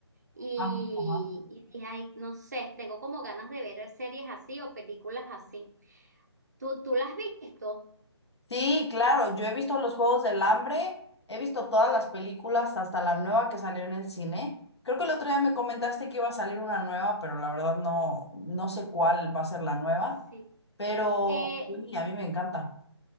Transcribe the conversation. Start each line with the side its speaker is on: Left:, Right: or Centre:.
Right: Y,
Left: Am- Ajá.
Right: y dije, ay, no sé, tengo como ganas de ver series así o películas así. ¿Tú, tú las has visto?
Left: Sí, claro, yo he visto los Juegos del Hambre, he visto todas las películas, hasta la nueva que salió en el cine. Creo que el otro día me comentaste que iba a salir una nueva, pero la verdad no, no sé cuál va a ser la nueva,
Right: Sí.
Left: pero
Right: Eh,
Left: uy, a mí me encanta.